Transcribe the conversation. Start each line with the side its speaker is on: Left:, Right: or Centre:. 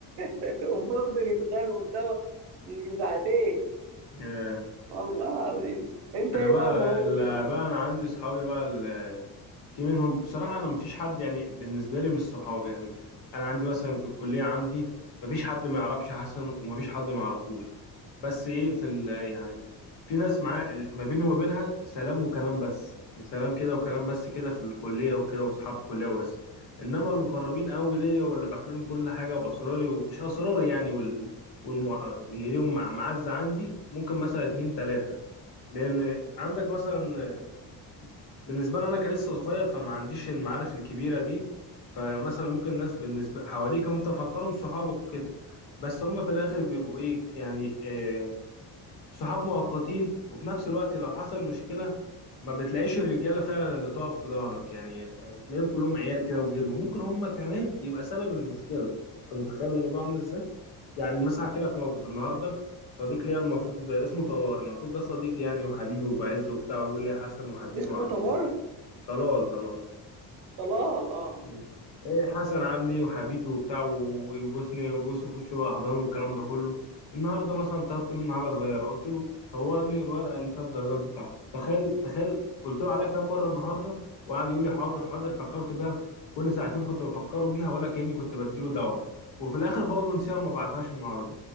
Right: <laughs> وفضل يتخانقوا سوا يجي ساعتين
Left: <laughs> <laughs>
Right: والله العظيم انت
Left: انا
Right: ايه
Left: بقى
Right: بقى المواقف
Left: ال-
Right: اللي-
Left: بقى انا عندي صحابي بقى ال- في منهم بصراحه انا مفيش حد يعني بالنسبه لي مش صحابي يعني انا عندي مثلا في الكليه عندي مفيش حد ما يعرفش حسن ومفيش حد ما يعرفوش بس ايه في ال يعني في ناس معاه ال- ما بيني وما بينها سلام وكلام بس يعني سلام كده وكلام بس كده في الكليه وكده واصحاب كليه وبس انما المقربين قوي ليا واللي بحكي لهم كل حاجه واسراري ومش اسراري يعني وال والمع... اللي ليهم مع- معزه عندي ممكن مثلا اتنين تلاته لان عندك مثلا بالنسبه لي انا كلسه صغير فما عنديش المعارف الكبيره دي فمثلا ممكن الناس بالنسبه حواليك انت فاكرهم صحابك وكده بس هم في الاخر بيبقوا ايه يعني آه، صحاب مؤقتين وفي نفس الوقت لو حصل مشكلة ما بتلاقيش الرجالة فعلا اللي تقف في ظهرك يعني تلاقيهم كلهم عيال كده وجري وممكن هم كمان يبقى سبب المشكلة انت متخيل الموضوع عامل ازاي؟ يعني مثلا احكي لك موقف النهارده صديق ليا المفروض اسمه طلال المفروض ده صديقي يعني وحبيبي وبعزه وبتاع ويقول لي يا حسن وحبيبي
Right: اسمه
Left: وعامل
Right: تبر
Left: ايه؟ طلال طلال
Right: طلال اه
Left: مم. إيه حسن عامل ايه وحبيبي وبتاع و- ويبوسني ويبوسه في وشه واحضان والكلام ده كله النهارده مثلا طلبت منه حاجه صغيره قلت له صور لي الورقه اللي فيها الدرجات بتاعتي تخيل تخيل قلت له عليها كام مره النهارده وقعد يقول لي حاضر حاضر فكرت بيها كل ساعتين كنت بفكره بيها ولا كاني كنت بديله دواء وفي الاخر برضه نسيها وما بعتهاش النهارده